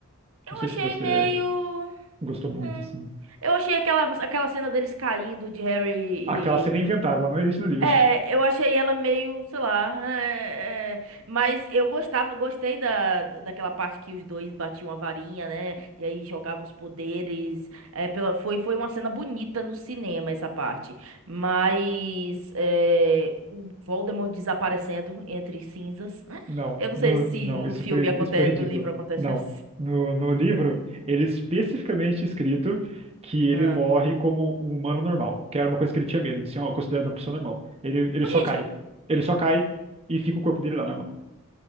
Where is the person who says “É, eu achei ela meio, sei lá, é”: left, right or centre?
Right